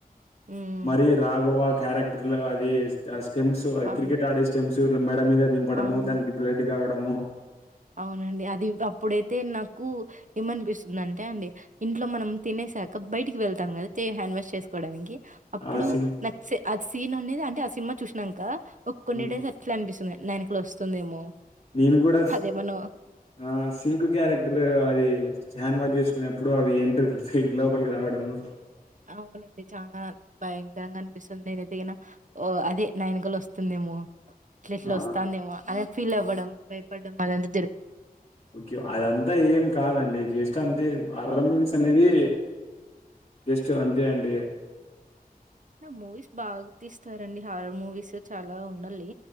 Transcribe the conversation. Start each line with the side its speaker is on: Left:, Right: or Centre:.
Right: హ్మ్.
Left: మరి రాగవా క్యారెక్టర్ లో అది ఆ స్టెమ్స్
Right: ఆ!
Left: కికెట్ ఆడే స్టెమ్స్ చు రమ్మే మీద దింపడము
Right: అవును.
Left: దానికి బ్లడ్ కావడం డము
Right: అవునండి అది అప్పుడైతే నాకు ఏమనిపిస్తుందింటే అండి ఇంట్లో మనం తినేసాక బయటికి వెళ్తా తం కదా చెయ్య హ్యాండ్ వాష్ చేసుకోవడానీకి అప్పుడు
Left: ఆ సీన్.
Right: నాక్ ఆ సీన్ అనేది అంటే ఆ సినిమా చూసినాంక ఓ కొన్ని
Left: హ్మ్.
Right: డేస్ అట్లే అనిపిస్తుంది నై ఎనకల వస్తుందేమో
Left: నేను కూడా
Right: అదేమన్నా
Left: ఆ సింకు క్యారెక్టర్ అది హ్యాండ్ వాష్ చేసుకునేప్పుడు అది ఏంట్రుకలు లోపలికి రావడము
Right: అవునండి చానా భయంకరంగా అనిపిస్తుంది నేను తిగిన ఓ అదే నాయనకలు వస్తుందేమో టెఎట్లా
Left: ఆ
Right: వస్తాంది ఏమో అనె ఫీల్ అవ్వడం భయపడ్డం <unintelligible>
Left: ఓకే అదంతా ఏం కాదండి జస్ట్ అంతే హర్రర్ మూవీస్ అనేది జస్ట్ అంతే అండి
Right: నా మూవీస్ బాగా తీస్తారండి హారర్ మూవీస్ చాలా ఉండలి